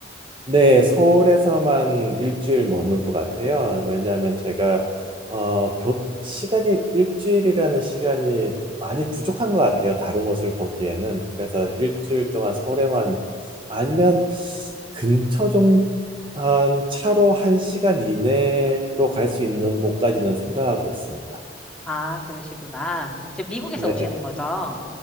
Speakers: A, on the right; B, in the centre.
A: 네, 서울에서만 일주일 머물 것 같아요. 왜냐하면 제가 어, 교, 시간이 일주일이라는 시간이 많이 부족한 것 같아요. 다른 곳을 보기에는. 그래서 일주일 동안 서울에만 아니면 근처 좀 한 차로 한 시간 이내로 갈 수 있는 곳까지는 생각하고 있습니다.
B: 아, 그러시구나. 지금 미국에서
A: 네,
B: 오시는 거죠?